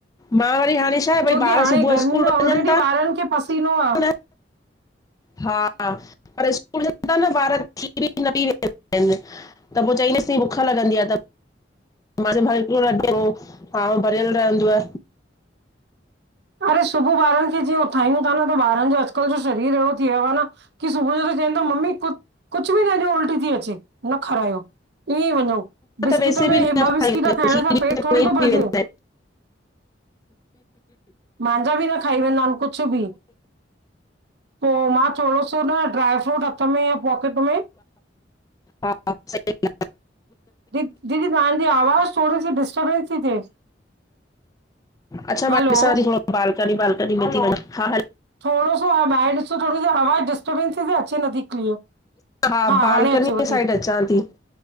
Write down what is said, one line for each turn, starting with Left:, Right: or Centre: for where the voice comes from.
Left: मां वरी हाणे छा आहे भई
Right: छोकी
Left: ॿार
Right: हाणे
Left: सुबुह
Right: गर्मी
Left: स्कूल
Right: में ऑलरेडी
Left: वञनि था
Right: ॿारनि खे पसीनो आ।
Left: न हा पर स्कूल वेदा़ न ॿार <unintelligible> इन। त पो चंइ ॾिसीं बुख लॻंदी आ त मन <unintelligible> हियांव भरियल रहंदुव
Right: अरे सुबुअ ॿारनि खे जीअं उथायूं ता न, त ॿारनि जो अॼुकल्ह जो शरीर अहिड़ो थी वयो आ न की सुबुअ जो बि चवनि ता मम्मी कु कुछु बि न ॾियो उल्टी ती अचे न खारायो। ईयंई वंञंउ बिस्किट
Left: त वैसे
Right: में
Left: बि
Right: हे
Left: न
Right: ॿ
Left: खाई
Right: बिस्किट
Left: वेंदा
Right: खाइण
Left: आहिनि खीर
Right: सां पेटु
Left: न
Right: थोड़ी तो
Left: पी
Right: भरिजे
Left: वेंदा
Right: मांजा बि न खाई वेंदा हिन कुछू भी पो मां थोड़ो सो न ड्राई फ्रूट हथ में या पॉकेट में
Left: हा सही आ।
Right: दी दीदी तहांजी आवाज़ु थोड़ी सी डिस्टबंस थी थिए
Left: अच्छा
Right: हलो
Left: मां ॾिसां ती थोड़ो बालकनी वालकनी में ती वञां हा हैलो
Right: थोड़ो सो हा ॿाहिरि ॾिसो थोड़ी सी आवाज़ु डिस्टर्बेंस ती थे अचे नथी क्लीअर
Left: हा बालकनी
Right: हाणे अचेव थी।
Left: साइड अचां ती